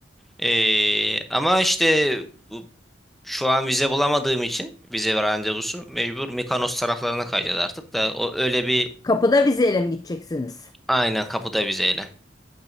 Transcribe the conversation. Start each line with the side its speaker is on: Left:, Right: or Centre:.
Centre: Ee, ama işte bu- şu an vize bulamadığım için vize ve randevusu mecbur Mikonos taraflarına kayacağız artık da o öyle bir
Left: Kapıda vizeyle mi gideceksiniz?
Centre: aynen kapıda vizeyle.